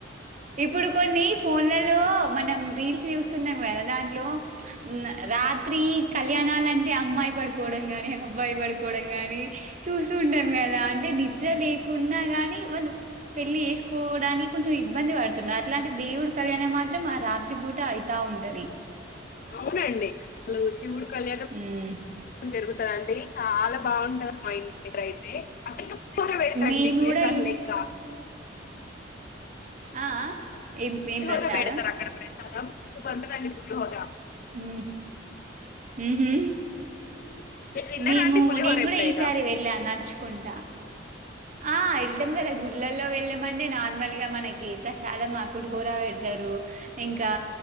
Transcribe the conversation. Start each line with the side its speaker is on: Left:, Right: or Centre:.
Right: ఇప్పుడు కొన్ని ఫోన్లలో మనం రీల్స్ చూస్తున్నాం కదా దాంట్లో ఉమ్ రాత్రి కళ్యాణాలంటే అమ్మాయి పడుకోవడం కాని అబ్బాయి పడుకోవడం గాని చూస్తు ఉంటాం కదా అంటే నిద్ర లేకున్నా గానీ మనం పెళ్లి చేసుకోవడానికి కొంచెం ఇబ్బంది పడుతుండ అట్లాంటి దేవుడు కళ్యాణం మాత్రం ఆ రాత్రి పూట ఐతా ఉంటది
Left: అవునండి. అసలు శివుడు కళ్యాణం
Right: హ్మ్.
Left: జరుగుతు కదండీ చాలా బాగుంటది మా ఇంటి దగ్గర అయితే అక్కడ ఇంకా పులిహోర పెడతారు
Right: మేము
Left: ఇపుడు
Right: గూడా
Left: ఇగ ప్రసారం
Right: ఈస్
Left: లెక్క
Right: ఆ ఆ ఏం
Left: పులిహోర
Right: ఏం ప్రసాదం?
Left: పెడతారు అక్కడ ప్రసాదం సూపర్ ఉంటదండి పులిహోర
Right: హ్మ్ ఊహూ
Left: మీరు తిన్నారా
Right: మేము
Left: అండి పులిహోర
Right: నేను కూడా
Left: ఎప్పుడైనా
Right: ఈసారి వెళ్ళా నడుచు కుంట ఆ ఎళ్తాం కదా గుళ్లల్లో వెళ్ళామంటే నార్మల్గా మనకి ప్రసాదం ఆ పులిహోర పెడతారు. ఇంకా